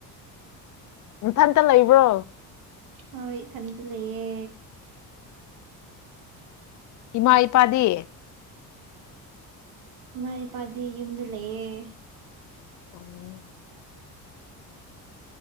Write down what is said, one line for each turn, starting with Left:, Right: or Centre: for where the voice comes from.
Left: ꯅꯊꯟꯇ ꯂꯩꯕ꯭ꯔꯣ
Right: ꯍꯣꯏ ꯏꯊꯟꯇ ꯂꯩꯌꯦ
Left: ꯏꯃꯥ ꯏꯄꯥꯗꯤ
Right: ꯢꯃꯥ ꯢꯄꯥꯗꯤ ꯌꯨꯝꯗ ꯂꯩꯌꯦ
Left: ꯑꫭ